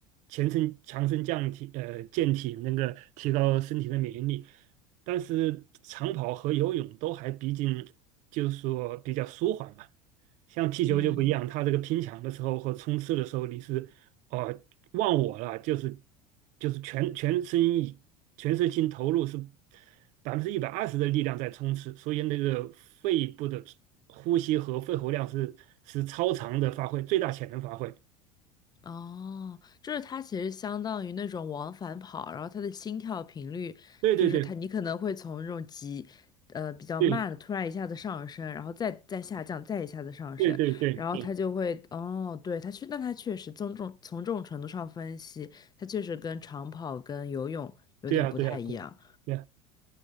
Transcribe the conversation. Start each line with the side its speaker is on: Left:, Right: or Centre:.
Right: 全身强身降体，呃，健体，那个提高身体的免疫力，但是长跑和游泳都还毕竟就是说比较舒缓嘛。像踢球就不一样，
Left: 嗯。
Right: 它这个拼抢的时候和冲刺的时候，你是哦，忘我了，就是就是全全身以全身心投入是百分之一百二十的力量在冲刺，所以那个肺部的呼吸和肺活量是是超常的发挥，最大潜能发挥。
Left: 哦，就是它其实相当于那种往返跑，然后它的心跳频率就是它，
Right: 对对对
Left: 你可能会从那种急，呃，比较慢的突然一下子上升，
Right: 对
Left: 然后再再下降，再一下子上升，
Right: 对对对对
Left: 然后它就会，哦，对，它确，但它确实从重从这种程度上分析，它确实跟长跑跟游泳有点不太一样，
Right: 对啊对啊对啊对啊，